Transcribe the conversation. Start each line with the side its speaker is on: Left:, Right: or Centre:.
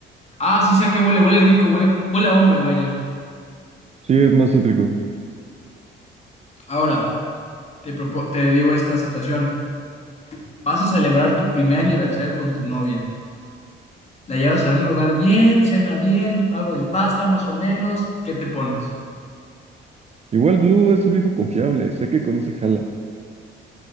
Left: Ah, sí sé a qué huele, huele rico, huele, huele a hombre, vaya.
Right: Sí, es más cítrico.
Left: Ahora, te propo- te digo esta situación. Vas a celebrar tu primer aniversario con tu novia. La llevas a un lugar bien, cena bien, algo de pasta más o menos. ¿Qué te pones?
Right: Igual Blue es el viejo confiable, sé que con ese jala.